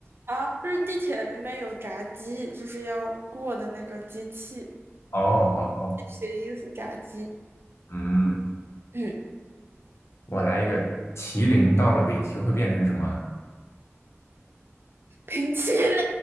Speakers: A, on the right; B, on the left.
A: 啊，就是地铁里面有炸鸡，就是要过的那个机器，
B: 哦哦哦，
A: 谐音是炸鸡。
B: 嗯，
A: 嗯，
B: 我来一个，麒麟到了北极会变成什么？
A: 冰淇淋